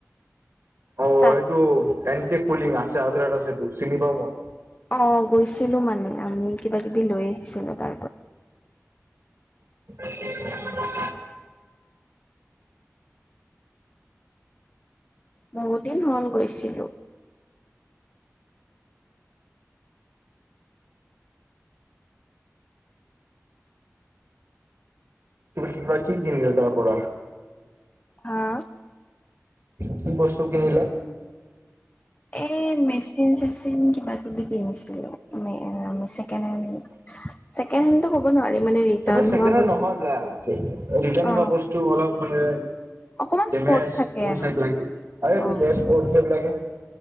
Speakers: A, on the right; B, on the left.
A: অ,
B: তাত
A: সেইটো এন কে কলিং আছে, আজৰাত আছে, এইটো চিনি পাওঁ মই।
B: অ, গৈছিলো মানে আমি কিবা কিবি লৈ আহিছিলো তাত।
A: <inaudible>
B: বহুতদিন হ'ল গৈছিলো।
A: তুমি কি, কি কিনিলা তাৰ পৰা।
B: হা।
A: কি বস্তু কিনিলা।
B: এ, মেচিন, চেচিন কিবা কিবি কিনিছিলো মানে চেকেণ্ড হেণ্ড।
A: হয়।
B: ছেকেণ্ড হেণ্ডটো ক'ব নোৱাৰি মানে ৰিটাৰ্ণ
A: এইটো চেকেণ্ড
B: হোৱা
A: হেণ্ড
B: বস্তু
A: নহয় দাদা ৰিটাণ
B: অ
A: হোৱা বস্তু অলপ মানে
B: অকমান
A: তেন
B: স্পৰ্ট থাকে
A: মুও
B: আৰু
A: চাই চলাগি আৰে তুৰ
B: অ
A: মত সেই লাগে।